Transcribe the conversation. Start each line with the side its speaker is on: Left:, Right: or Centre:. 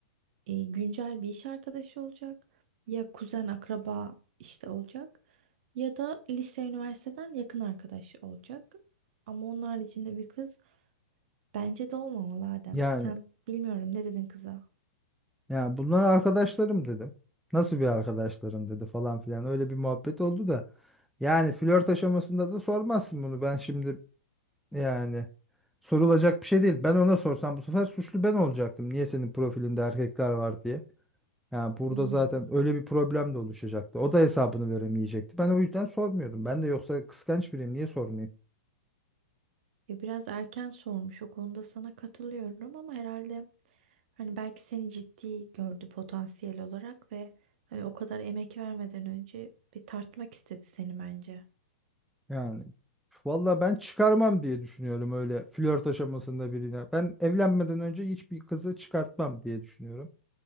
Right: e, güncel bir iş arkadaşı olacak ya kuzen akraba işte olacak ya da lise üniversiteden yakın arkadaş olacak. Ama onun haricinde bir kız bence de olmamalı Adem.
Centre: Yani
Right: Sen bilmiyorum ne dedin kıza?
Centre: Ya bunlar arkadaşlarım dedim. Nasıl bir arkadaşların dedi falan filan. Öyle bir muhabbet oldu da. Yani flört aşamasında da sormazsın bunu. Ben şimdi yani sorulacak bir şey değil. Ben ona sorsam bu sefer suçlu ben olacaktım. Niye senin profilinde erkekler var diye. Yani burada
Right: Hmm.
Centre: zaten öyle bir problem de oluşacaktı. O da hesabını veremeyecekti. Ben o yüzden sormuyordum. Ben de yoksa kıskanç biriyim. Niye sormayayım?
Right: Ya biraz erken sormuş o konuda sana katılıyorum ama herhalde hani belki seni ciddi gördü potansiyel olarak ve hani o kadar emek vermeden önce bir tartmak istedi seni bence.
Centre: Yani valla ben çıkarmam diye düşünüyorum öyle flört aşamasında birine. Ben evlenmeden önce hiçbir kızı çıkartmam diye düşünüyorum.